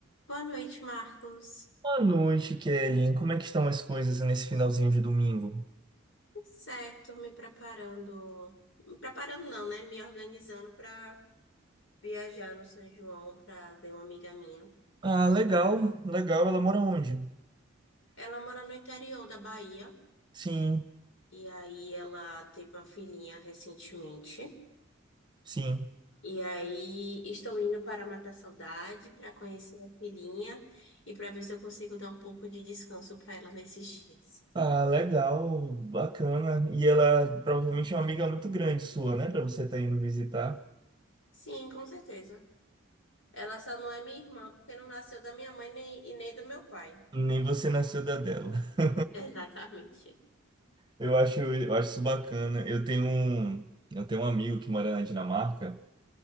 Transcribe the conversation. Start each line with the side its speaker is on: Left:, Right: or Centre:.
Left: Boa noite, Marcos.
Right: Boa noite, Kelly. Como é que estão as coisas nesse finalzinho de domingo?
Left: Tudo Certo, me preparando. Me preparando não, né? Me organizando para viajar no São João para ver uma amiga minha.
Right: Ah, legal, legal. Ela mora onde?
Left: Ela mora no interior da Bahia
Right: Sim,
Left: e aí ela teve uma filhinha recentemente.
Right: sim.
Left: E aí estou indo para matar saudade, para conhecer a filhinha e para ver se eu consigo dar um pouco de descanso para ela nesses dias.
Right: Ah, legal, bacana. E ela provavelmente é uma amiga muito grande sua, né? Pra você estar indo visitar.
Left: Sim, com certeza. Ela só não é minha irmã porque não nasceu da minha mãe nem, e nem do meu pai.
Right: Nem você nasceu da dela. <laughs>
Left: <laughs> Exatamente.
Right: Eu acho, eu acho isso bacana. Eu tenho um, eu tenho um amigo que mora na Dinamarca.